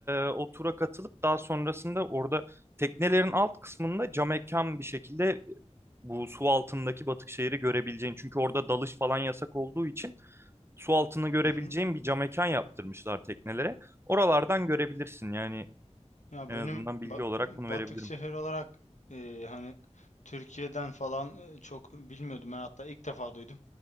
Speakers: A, on the right; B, on the left.
A: o tura katılıp daha sonrasında orada teknelerin alt kısmında camekan bir şekilde e, bu su altındaki Batıkşehir'i görebileceğin. Çünkü orada dalış falan yasak olduğu için su altını görebileceğin
B: Hı hı.
A: bir cam mekan yaptırmışlar teknelere. Oralardan görebilirsin yani
B: Ya
A: en
B: benim
A: azından bilgi
B: ba-
A: olarak
B: batık
A: bunu verebilirim.
B: şehir olarak e, hani Türkiye'den falan e, çok bilmiyordum. Ben hatta ilk defa duydum.